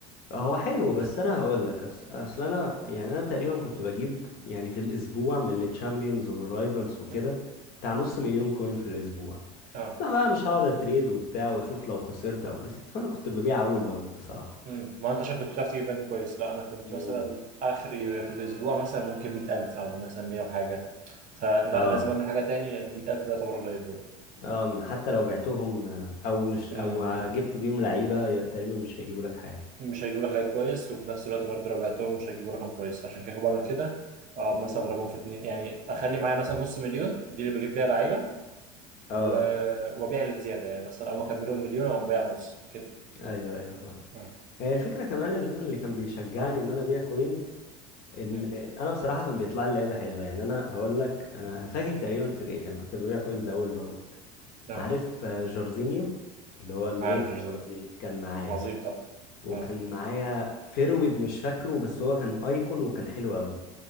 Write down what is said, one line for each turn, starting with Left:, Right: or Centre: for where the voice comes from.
Left: هو حلو بس
Right: يعني.
Left: انا هقول لك أص... اصل انا يعني انا تقريبا كنت بجيب يعني في الاسبوع من التشامبيونز والرايفلز وكده
Right: مم.
Left: بتاع نص مليون كوين في الاسبوع
Right: اه
Left: انا بقى مش هقعد اتريد وبتاع واشوف لو خسرت او كسبت فانا كنت ببيع اول باول بصراحه
Right: امم ما انت عشان كنت بتعرف تجيب رانك كويس لا انا كنت
Left: مم.
Right: مثلا اخري في الاسبوع مثلا ممكن 100000 او مثلا 100 وحاجه فلا
Left: اه
Right: لازم اعمل حاجه تاني لان 100000 ده يعتبر قليل برضه
Left: اه حتى لو بعتهم آه، او مش-
Right: امم
Left: او جبت بيهم لعيبه ي- تقريبا مش هيجيبوا لك حاجه
Right: مش هيجيبوا لك رانك كويس وفي نفس الوقت برضه لو بعتهم مش هيجيبوا رقم كويس عشان كده كنت بعمل كده اه مثلا
Left: مم.
Right: اضربهم في اتنين يعني اخلي معايا مثلا نص مليون دي اللي بجيب بيها لعيبه
Left: اه
Right: و... وابيع الزياده يعني مثلا اول ما اكملهم مليون اقوم بايع نص كده
Left: ايوه ايوه فاهم
Right: امم
Left: هي الفكره كمان اللي انا اللي كان بيشجعني ان انا ابيع كوينز ان
Right: امم
Left: انا بصراحه كان بيطلع لي لعيبه حلوه يعني انا هقول لك انا فاكر تقريبا في الايت انا كنت ببيع كوينز اول باول
Right: آه.
Left: عارف آه، جورزينيو اللي هو الوينج
Right: عارف جورجينيو
Left: البرازيلي كان معايا
Right: عظيم طبعا
Left: وكان
Right: اه
Left: معايا فيرويد مش فاكره بس هو كان ايكون وكان حلو قوي